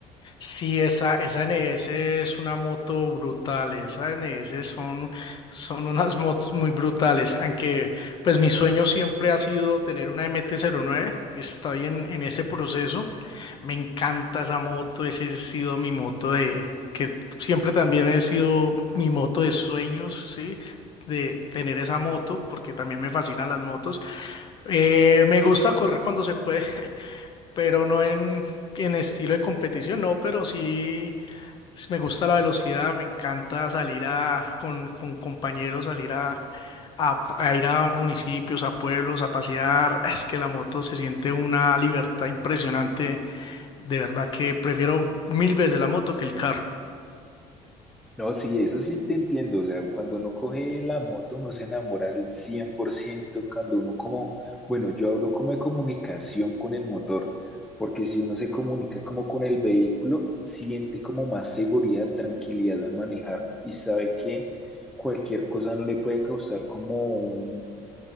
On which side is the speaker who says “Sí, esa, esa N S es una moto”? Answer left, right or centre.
Left